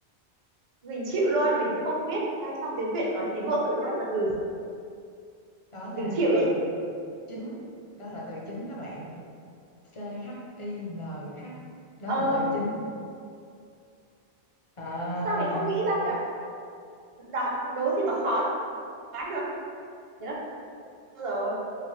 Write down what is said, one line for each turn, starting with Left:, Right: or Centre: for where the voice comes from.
Right: Mình chịu luôn, mình không biết à, trong tiếng Việt có chín mẫu tự hát là từ gì.
Left: đó là
Right: Mình chịu
Left: từ
Right: nhé.
Left: chính đó là từ chính đó bạn C H I N H đó
Right: Ờ,
Left: là từ chính à,
Right: sao mình không nghĩ ra nhỉ? Đã, đố gì mà khó đoán được. Thế là bao rồi.